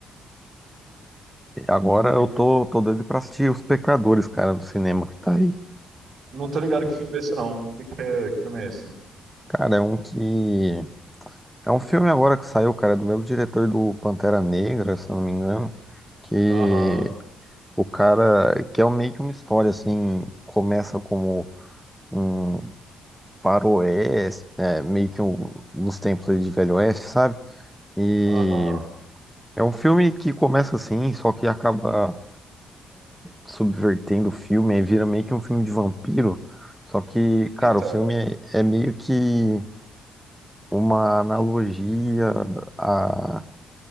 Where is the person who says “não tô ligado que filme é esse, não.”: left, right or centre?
Right